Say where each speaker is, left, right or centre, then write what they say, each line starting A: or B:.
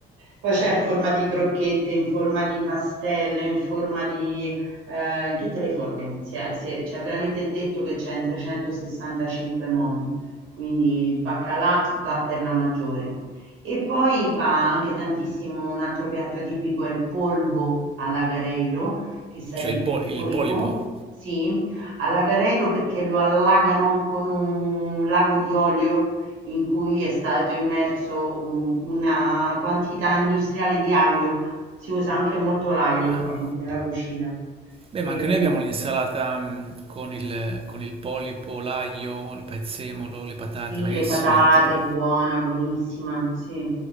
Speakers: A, on the right (about 85°); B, on the right (about 30°).
A: Poi c'è in forma di crocchette, in forma di pastelle, in forma di... eh, in tutte le forme. Si è- se- C'è veramente il detto che c'è in 365 modi, quindi baccalà va per la maggiore. E poi va anche tantissimo, un altro piatto tipico è il polvo alla Gareiro, che sarebbe
B: Cioè il, po-
A: il
B: il
A: polipo,
B: polipo.
A: sì, Allagarello perché lo allagano con un lago di olio in cui è stato immerso un- una quantità industriale di aglio. Si usa anche molto l'aglio
B: Ah.
A: qua in- nella cucina.
B: Beh,
A: E,
B: ma anche noi abbiamo l'insalata mm, con il, con il polipo, l'aglio, il prezzemolo, le patate,
A: sì,
B: magari
A: le
B: è simile,
A: patate,
B: tipo.
A: buona, buonissima, sì.